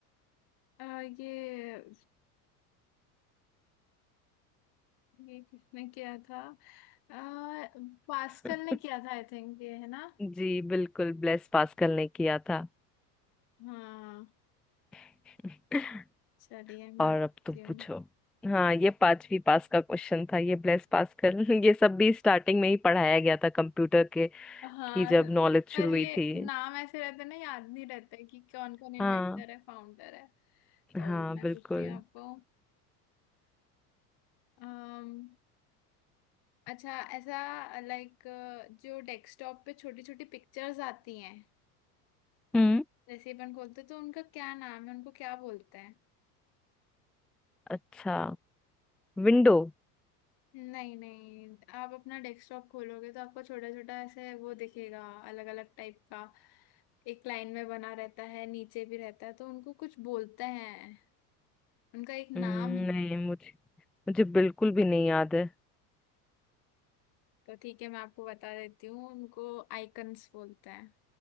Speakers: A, on the left; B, in the centre.
A: अ, ये ये किसने किया था आ, पास्कल
B: <laughs>
A: ने किया था आई थिंक ये है ना
B: जी बिल्कुल ब्लेस पास्कल ने किया था
A: हाँ
B: <laughs>
A: चलिए मैं
B: और
A: पूछती
B: अब तुम
A: हूँ।
B: पूछो हाँ ये पांचवी पास का क्वेश्चन था ये ब्लेस पास्कल <laughs> ये सब भी स्टार्टिंग में ही पढ़ाया गया था कंप्यूटर के
A: हाँ
B: की जब नॉलेज शुरू
A: पर
B: हुई
A: ये
B: थी
A: नाम ऐसे रहते हैं ना याद नहीं रहता है कि कौन कौन इन्वेंटर
B: हाँ
A: है फाउंडर है तो
B: हाँ
A: मैं
B: बिल्कुल
A: पूछती हूँ आपको अम्म अच्छा ऐसा लाइक जो डेस्कटॉप पे छोटी छोटी पिक्चर्स आती हैं
B: हम्म
A: जैसे अपन खोलते हैं, तो उनका क्या नाम है उनको क्या बोलते हैं
B: अच्छा विंडो
A: नहीं नहीं आप अपना डेस्कटॉप खोलोगे तो आपको छोटा छोटा ऐसे वो दिखेगा अलग अलग टाइप का एक लाइन में बना रहता है नीचे भी रहता है तो उनको कुछ बोलते हैं उनका एक नाम
B: नहीं
A: है
B: मुझे मुझे बिल्कुल भी नहीं याद है
A: तो ठीक है मैं आपको बता देती हूँ उनको आइकन्स बोलते हैं